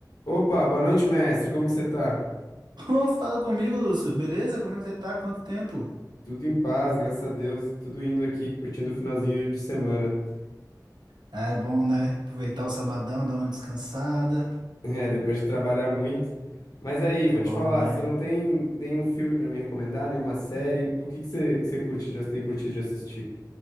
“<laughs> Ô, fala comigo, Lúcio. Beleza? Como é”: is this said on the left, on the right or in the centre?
Right